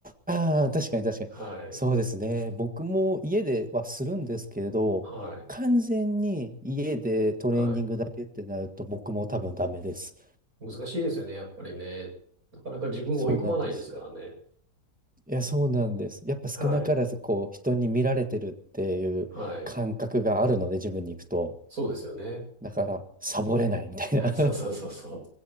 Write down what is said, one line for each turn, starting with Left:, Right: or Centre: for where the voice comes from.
Centre: ああ、確かに確かに。
Right: はい。
Centre: そうですね。僕も家ではするんですけれど、
Right: はい。
Centre: 完全に家でトレーニングだけってなると僕も多分ダメです。
Right: はい。難しいですよね、やっぱりね。なかなか自分を追い込まないですからね。
Centre: そうなんですよ。いや、そうなんです。やっぱ少なからずこう人に見られてるっていう感覚があるので自分に行くと。
Right: はい。はい。そうですよね。
Centre: だからサボれないみたいな
Right: <laughs> そうそうそうそ